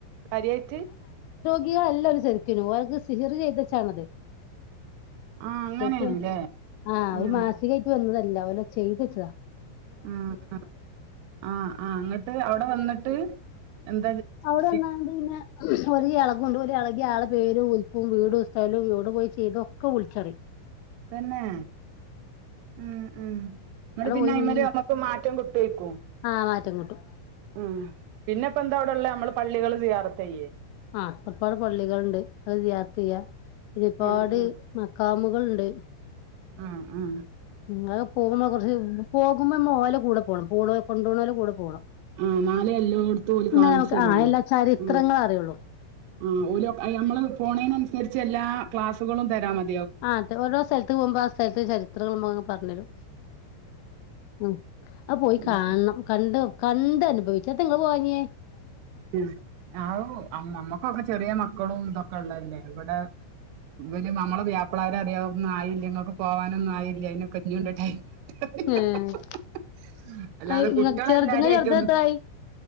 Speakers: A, on the right; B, on the left.
A: കാര്യായിട്ട്
B: ഗി അല്ല ഒര് ശരി ക്കിനും ഓൽക്ക് സിഹ്റ് ചെയ്തെച്ചതാൺ അത്
A: ആ അങ്ങനെയാണല്ലേ
B: ശെരിക്കും ആ
A: ഉം
B: ഓൽ മാൻസികായിട്ട് വന്നതല്ലാ ഓൽ ചെയ്തെച്ചതാ
A: ഉം ഉം ആ ആ ഇന്നട്ട് അയുടെ വന്ന്ട്ട് എന്താ ചെ
B: ഇവടെ വന്നാണ്ട് പിന്നെ ഒര് യാളെ കൊണ്ട് ഒര് യാ കി ആളെ പേരും ഉൽപ്പും വീടും സ്ഥലോം ഒയുടെ പോയി ചെയ്തൊക്കെ വുൾച്ച് പറിം
A: തന്നേ ഉം ഉം ന്നട്ട്
B: അവിടെ
A: പിന്നെ
B: പോയി
A: അയിമെൽ
B: മുഴി
A: അമ്മക്ക് മാറ്റം കി കേക്കും
B: ആഹ് മാറ്റം കിട്ടും
A: ഉം പിന്നെ ഇപ്പ എന്താ അയുടെ ഇള്ളേ അമ്മൾ പള്ളികൾ സിയാറത്തെയ്യെ
B: ആ ഒര്പാട് പള്ളികൾ ഇണ്ട് അയ് സിയാറത്ത് ചെയ്യാ ഒര്പാട്
A: ഉം ഉം
B: മഖാമുകൾ ഇണ്ട്
A: ആ ആ
B: ങ്ങൾ പോവുമ്പോ കൊർച്ച് പോകുമ്പോ അമ്മൾ ഓലെകൂടെ പോണം പോണോ കൊണ്ടോണോലെ കൂടെ പോണം
A: ആ ഇന്നാലെ എല്ലോട്ത്തും ഓല്
B: എന്നാ
A: കാൺച്ചെരൊള്ളു
B: നമുക്ക് ആഹ് എല്ലാ ചരിത്രങ്ങളും
A: ഉം
B: അറിയുള്ളൂ
A: ആ ഓലൊക്കെ അയ് അമ്മൾ അഹ് പോണെന് അൻ അൻസെര്ച്ചെല്ലാ ക്ലാസുകളും തരാൻ മതി
B: ആ തെ ഓരോ സ്ഥൽത്ത് പോവ്മ്പോ ആ സ്ഥൽത്തെ ചരിത്രങ്ങൾ പർണെരും ഉം അയ് പോയി
A: അത്
B: കാണം.
A: ശരി
B: കണ്ട് കണ്ട് അനുഭവിച്ചാ എത്താ ഇങ്ങൾ പോവാഞ്ഞെ
A: ഏ ഞായു അമ് ഞമ്മക്കൊക്കെ ചെറിയ മക്കളും ഇതൊക്കെ ഇള്ളെയ് അല്ലേ ഇവടെ ന്നു വെച്ച് നമ്മളെ പുയാപ്പ്ള്ളാര് പറിയാവും ആയില്യ ഇങ്ങൾക്കൊ പോവാനൊന്നും ആയില്ല അയിനൊക്കെ ഇഞ്ഞും ഇണ്ട് ടൈമ് ഇണ്ട്
B: ഏഹ്
A: പറിം അല്ലാതെ
B: അത് ഇങ്ങ
A: കുട്ടെളെ
B: ചെറുത്
A: എല്ലാരിം
B: ഇങ്ങളെ
A: ആയിട്ടൊന്നും
B: ചെറുത് എത്രായി